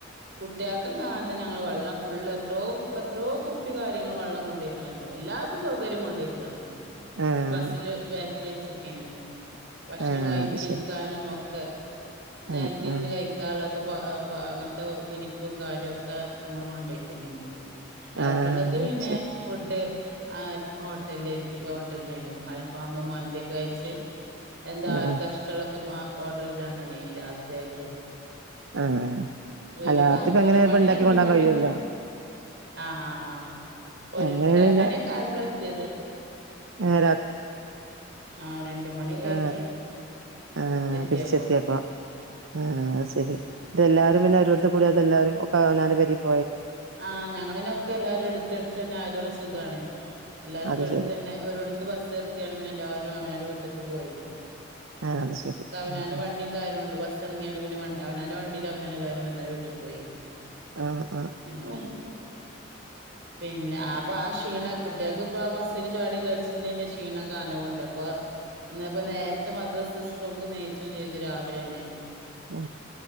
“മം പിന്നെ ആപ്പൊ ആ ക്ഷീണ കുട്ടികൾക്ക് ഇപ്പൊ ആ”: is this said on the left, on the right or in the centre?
Right